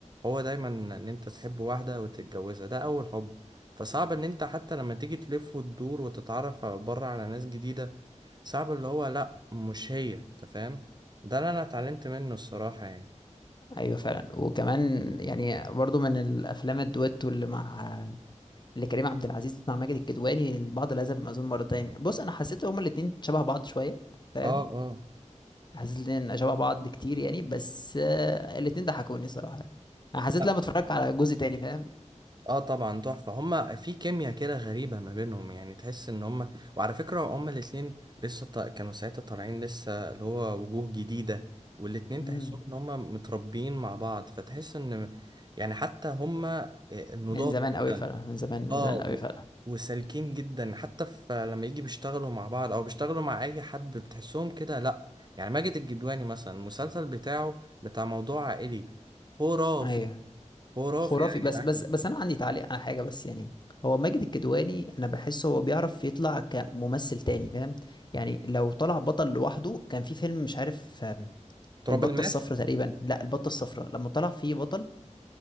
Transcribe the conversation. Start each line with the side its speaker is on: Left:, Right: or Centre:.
Right: هو دايما ان انت تحب واحده وتتجوزها ده اول حب فصعب ان انت حتى لما تيجي تلف وتدور وتتعرف بره على ناس جديدة صعب اللي هو لا مش هي انت فاهم ده اللي انا اتعلمت منه الصراحة يعني
Left: ايوه فعلا وكمان يعني برضو من الافلام الدويتو اللي مع اللي كريم عبد العزيز مع ماجد الكدواني البعض لا يذهب المأذون مرتين بص انا حسيت هما الاتنين شبه بعض شويه فاهم
Right: اه اه
Left: حسيت الاتنين شبه بعض كتير يعني بس آه، الاتنين ضحكوني صراحة يعني. انا حسيت
Right: لا،
Left: لما اتفرجت على جزء تاني فاهم
Right: اه طبعا تحفة هما في كيمياء كده غريبة ما بينهم يعني تحس ان هما وعلى فكرة هما الاتنين لسه ط... كانوا ساعتها طالعين لسه اللي هو وجوه جديدة والاتنين
Left: مم.
Right: تحسهم ان هما متربيين مع بعض فتحس ان يعني حتى هما النضاف
Left: من زمان قوي
Right: كده
Left: فعلا من زمان من
Right: اه
Left: زمان
Right: و-
Left: قوي فعلا
Right: وسالكين جدا حتى في لما يجي بيشتغلوا مع بعض او بيشتغلوا مع اي حد بتحسهم كده لا يعني ماجد الجدواني مثلا المسلسل بتاعه بتاع موضوع عائلي خرافي
Left: ايوه
Right: خرافي
Left: خرافي
Right: يا جدعان
Left: بس بس بس انا عندي تعليق على حاجة بس يعني هو ماجد الكدواني انا بحسه هو بيعرف يطلع كممثل تاني فاهم يعني لو طلع بطل لوحده كان في فيلم مش عارف آم،
Right: تراب
Left: البطة
Right: الماس
Left: الصفراء تقريبا لا البطة الصفراء لما طلع فيه بطل